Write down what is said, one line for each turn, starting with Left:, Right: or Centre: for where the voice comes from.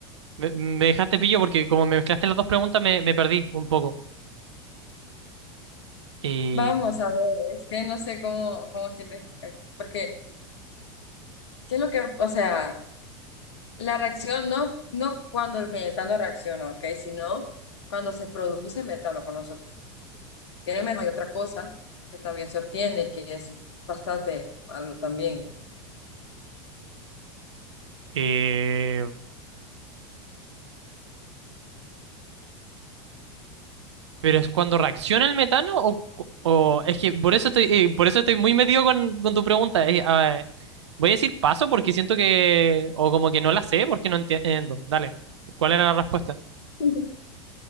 Right: me, me dejaste pillo porque como me mezclaste las dos preguntas me, me perdí un poco. Eh,
Left: Vamos a ver, es que no sé cómo, cómo quieres, eh, porque, ¿qué es lo que, o sea, la reacción, no, no cuando el metano reacciona, ¿ok? Sino cuando se produce metano, cuando se obtiene metano, hay otra cosa que también se obtiene, que es bastante malo también.
Right: eh, pero es cuando reacciona el metano o, cu- o es que por eso estoy, eh, por eso estoy muy metido con, con tu pregunta. Eh, ah, voy a decir paso porque siento que, o como que no la sé porque no entiendo. Dale, ¿cuál era la respuesta?
Left: <laughs>